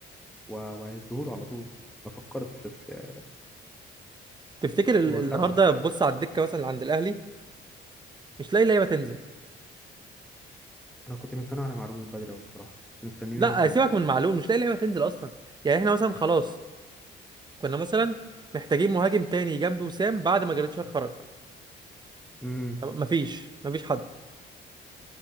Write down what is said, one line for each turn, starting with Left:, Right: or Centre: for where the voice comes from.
Centre: و- وهيديهوله على طول ما فكرتش بس يعني
Right: تفتكر ال...
Centre: هو
Right: النهارده
Centre: خدعه
Right: بص على الدكه مثلا اللي عند الاهلي مش لاقي لعيبه تنزل
Centre: انا كنت مستني على معلول من بدري أوي بصراحه كنت مستنيه
Right: لا
Centre: من
Right: سيبك من معلول مش لاقي لعيبه تنزل اصلا يعني احنا مثلا خلاص كنا مثلا محتاجين مهاجم تاني جنب وسام بعد ما جريتشار خرج
Centre: امم
Right: طب مفيش مفيش حد